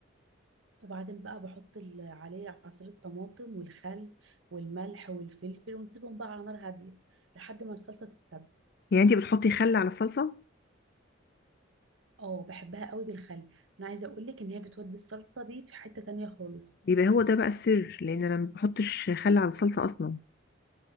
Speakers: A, on the right; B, on the left.
A: وبعدين بقى بحط ال- عليه عصير طماطم والخل والملح والفلفل ونسيبهم بقى على نار هاديه لحد ما الصلصه تتسبك
B: يعني انت بتحطي خل على الصلصة
A: اه بحبها قوي بالخل انا عايزه اقول لك ان هي بتودي الصلصه دي في حته تانية خالص
B: بيبقى هو ده بقى السر لان انا ما بحطش خل على الصلصه اصلا